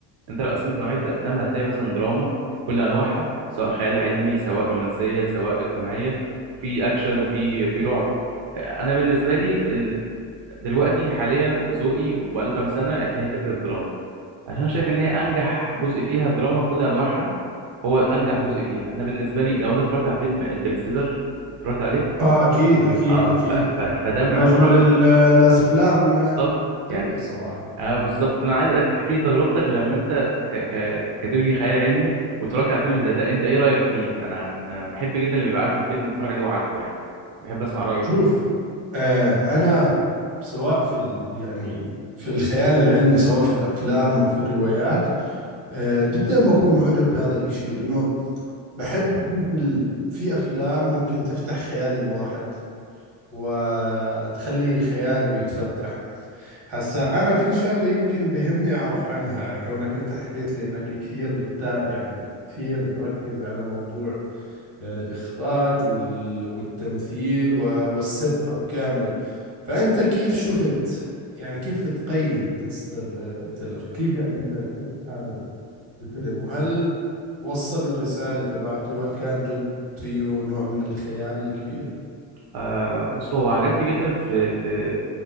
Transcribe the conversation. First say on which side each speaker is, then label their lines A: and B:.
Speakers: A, on the right; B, on the right.
A: انت لو قسمت نوعيه الافلام هتلاقي مثلا دراما بكل انواعها سواء خيال علمي سواء رومانسيه سواء اجتماعيه وفي اكشن وفي في رعب فانا بالنسبه لي ال... دلوقتي حاليا ذوقي وبقاله كام سنه اللي هي فكره الدراما عشان شايف ان هي انجح جزء فيها الدراما بكل انواعها هو انجح جزء فيها انا بالنسبه لي لو انت اتفرجت على فيلم انترستيلر اتفرجت عليه
B: اه اكيد اكيد
A: اه
B: اكيد
A: ف... ف... فده
B: يعني
A: يعتبر
B: من اجمل
A: من
B: ال- آه، الافلام آه،
A: بالظبط
B: في التاريخ
A: يعني
B: صراحه
A: اه بالظبط فانا عايزك تحكي لي تجربتك لما انت ك... ك... ككاتيجوري خيال علمي واتفرجت على فيلم زي ده انت ايه رايك فيه انا انا أنا بحب جدا اللي بيبقى عارف الفيلم واتفرج عليه وعاجبه يعني بحب اسمع رايه
B: شوف
A: فيه
B: آه انا سواء في ال يعني في الخيال العلمي سواء في الافلام او في الروايات آه جدا بكون معجب بهذا الاشي لانه بحب كيف ال في افلام ممكن تفتح خيال الواحد وتخلي خياله يتفتح هسا أنا في شغلة يمكن بهمني أعرف عنها كونك أنت حكيت لي إنك كثير بتتا... يعني كثير بتركز على موضوع آه، الإخراج وال... والتمثيل و... والسيت أب كامل فأنت كيف شفت يعني كيف بتقيم انستر آه، تيلر كيف يعني أنت شفت هذا الفيلم وهل وصل الرسالة تبعته هل كان جد فيه نوع من الخيال الكبير؟
A: آه بص هو عجبني جدا في في